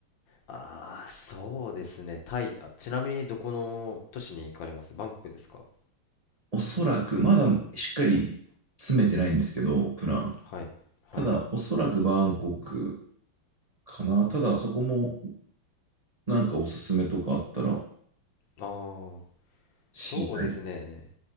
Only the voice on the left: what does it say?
あー、そうですね。タイ。あ、ちなみにどこの都市に行かれますバンコクですか
はい。
はい。
ああ、
そうですね。